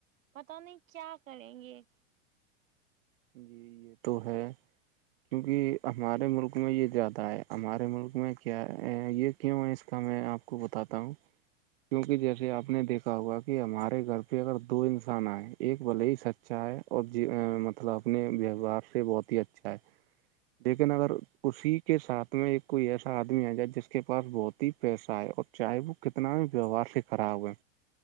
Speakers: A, on the right; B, on the right.
A: پت نہیں کیا کریں گے
B: جی یہ تو ہے کیونکہ ہمارے ملک میں یہ زیادہ ہے ہمارے ملک میں کیا ہے یہ کیوں اس کا میں آپ کو بتاتا ہوں کیوںکہ جیسے آپ نے دیکھا ہوا کہ ہمارے گھر پہ اگر دو انسان آئے ایک بلے ہی سچ اچھا ہے اور ج مطلب اپنے ویوہار سے بہت ہی اچھا ہے لیکن اگر اسی کے ساتھ میں ایک کوئی ایسا آدمی آ جائے جس کے پاس بہت ہی پیسہ ہےئے اور چاہے وہ کتنا بھی ویوہار سے خراب ہے